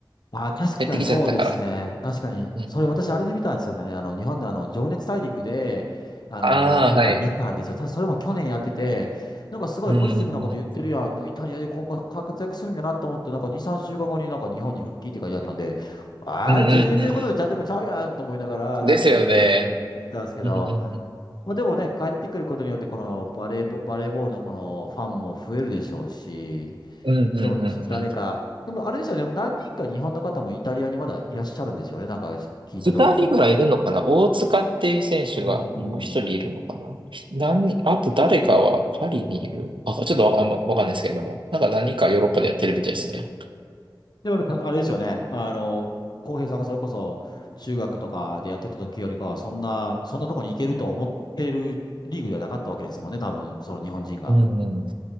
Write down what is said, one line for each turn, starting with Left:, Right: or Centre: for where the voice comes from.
Left: あー、確かにそうですね。
Right: 減ってきちゃったから。
Left: 確かに。
Right: うん。
Left: それ私あれで見たんですよね。あの、日本であの、情熱大陸で、あの、
Right: ああ、
Left: なんか見たんですよ。
Right: はい。
Left: たそれも去年やってて、なんかすごいポジティブなこと言ってるやん。
Right: うん、うん、うん。
Left: イタリアで今後活躍するんやなと思って、なんか2、3週間後になんか日本に復帰って書いてあったんで、あー、
Right: うん、うん、
Left: 全然言ってることでちゃんとちゃうやんと思いながら、
Right: うん。
Left: なんか見てたんです、
Right: ですよね。
Left: 見てたんですけど。
Right: うん、うん、
Left: まあでもね、帰ってくることによって、このバレーボ、バレーボールのこのファンも増えるでしょうし、
Right: うん。うん、
Left: でも、
Right: うん、
Left: ちょっと誰か、
Right: うん。うん
Left: でもあれですよね、でも何人か日本の方もイタリアにまだいらっしゃるんですよね、なんか聞いたところによると。
Right: 二人ぐらいいるのかな大塚っていう選手がもう一人いるのかな何あと誰かはパリにいる。
Left: うん。
Right: あ、ちょっとわ、あんまわかんないですけれども。なんか何かヨーロッパでやってるみたいですね。
Left: でもやっぱあれですよね、あの、浩平さんがそれこそ中学とかでやってた時よりかは、そんな、そんなとこに行けると思ってるリーグではなかったわけですもんね、多分、その日本人が。
Right: うんうん。